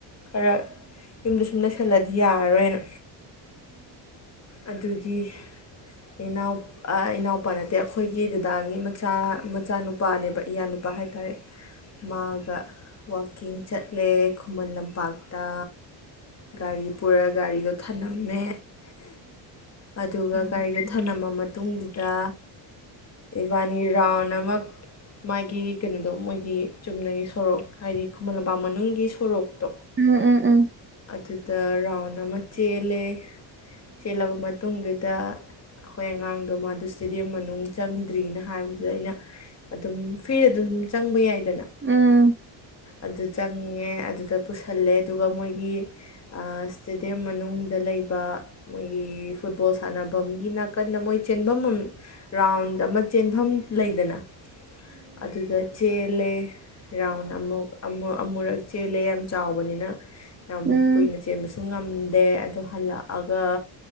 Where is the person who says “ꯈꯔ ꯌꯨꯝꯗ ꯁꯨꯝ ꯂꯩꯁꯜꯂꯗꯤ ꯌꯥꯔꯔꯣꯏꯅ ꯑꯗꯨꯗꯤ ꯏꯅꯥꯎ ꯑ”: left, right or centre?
Left